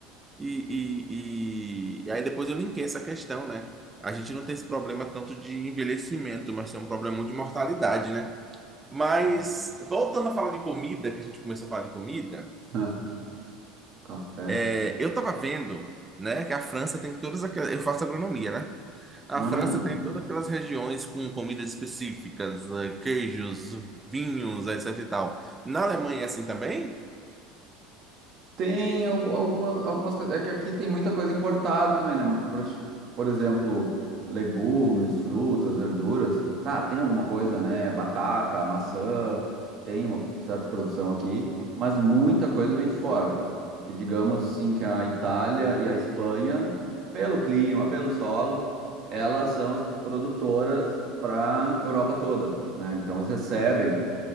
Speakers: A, on the right (about 15°); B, on the right (about 45°).
A: E, e, e aí depois eu linkei essa questão, né? A gente não tem esse problema tanto de envelhecimento, mas tem um problema muito de mortalidade, né? Mas,
B: <laughs>
A: voltando a falar de comida, que a gente começou a falar de comida,
B: Ah, café,
A: é, eu tava vendo, né, que a França tem todas aquelas... Eu faço agronomia, né? A
B: ah,
A: França tem todas aquelas regiões com comidas específicas, eh, queijos, vinhos, etc e tal. Na Alemanha é assim também?
B: Tem algu- algumas, algumas coisas. É que aqui tem muita coisa importada também, né? Por, por exemplo, legumes, frutas, verduras. Tá, tem alguma coisa, né? Batata, maçã, tem uma certa produção aqui, mas muita coisa vem de fora. Que digamos assim que a Itália e a Espanha, pelo clima, pelo solo, elas são as produtoras para Europa toda, né? Então eles recebem